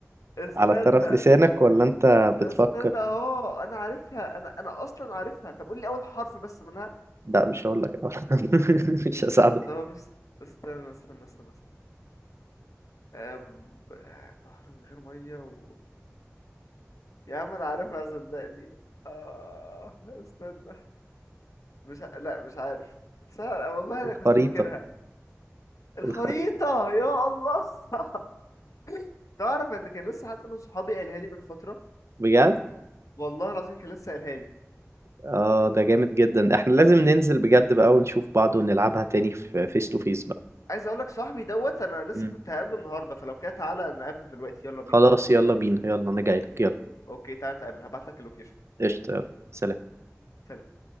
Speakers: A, on the left (about 85°); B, on the right (about 55°).
A: استنى
B: على طرف لسانك ولا انت بتفكر
A: استنى اه انا عارفها انا انا اصلا عارفها طب قول لي اول حرف بس منها
B: لا مش هقول لك <laughs> مش هساعدك
A: طب بس استنى استنى استنى, استنى. آه، ب- آه، بحر من غير ميه و... يا عم انا عارفها صدقني آه استنى مش ع- لا مش عارف سهل والله انا
B: الخريطة
A: كنت فاكرها الخريطة
B: الخريطة
A: يا الله <laughs> تعرف ان كان لسه حد من صحابي قالها لي من فترة
B: بجد
A: والله العظيم كان لسه قالها لي
B: اه ده جامد جدا احنا لازم ننزل بجد بقى ونشوف بعض ونلعبها تاني في فيس تو فيس بقى
A: عايز اقول لك صاحبي دوت انا لسه
B: مم.
A: كنت هقابله النهارده فلو كده تعالى نقابله دلوقتي يلا بينا
B: خلاص يلا بينا يلا انا جايلك يلا
A: اوكي تعالى نتقابل هبعت لك اللوكيشن
B: قشطة يلا سلام
A: سلام